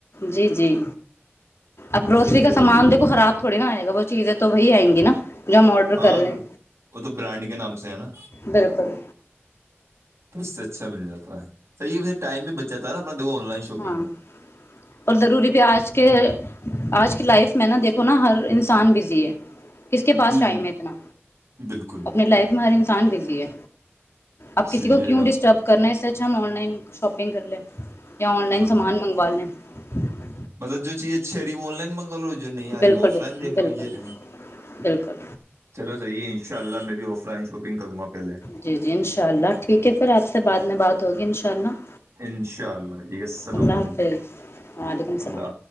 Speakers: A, on the left; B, on the right.
A: جی جی اب گروسری
B: صحیح
A: کا
B: ہے
A: سامان
B: بڑھیا
A: دیکھو خراب تھوڑی نا آئے گا ب جٹھیک ہے تو وہی آئیں گی نا جو ہم آڈر
B: ہاں
A: کر رہے
B: وہ
A: ہیں
B: تو برانڈ کے نام ہے نا
A: بالکل
B: تو اس سے اچھا مل جاتا ہے سح و ٹائم میں بچ جات ہے نا د آن لائن شاپنگ
A: ہاں
B: میں
A: اور ضروری بھی آج کے آج کی لائف میں نا دیکھو نا ہر انسان بزی کس کے پاس
B: جی
A: ٹائم ہے اتنا
B: بالکل
A: اپنی لائف میں ہر ان انسان بزی ہے اب
B: صحیح
A: کسی کو
B: ہے
A: کیوں
B: یار
A: ڈسٹرب کرنا ہے اس سچھ ہم آن لائن شاپنگ کر لیں یا آن لائن
B: ہاں
A: سامان منگوا لیں <inaudible>
B: مطلب جو چیز اچھی آ رہی وہ آن لائنگاو جو نہیں آ
A: بالکل
B: رہی وہ آف
A: بالکل
B: لائن دیکھ
A: بالکل
B: لو یہ ہے
A: بالکل
B: چلو صحیح ان شاء اللہ میر ا آف لائن شاپن کر گا پہلے
A: جی جی انشاء اللہ ٹھیک ہے پھر آپ سے بعد میں بات ہوگی ان شاء اللہ
B: انشاء اللہ ٹھیک ہے السلام
A: اللہ
B: علیکم
A: حافظ وعلیکم السلام
B: اللہ حا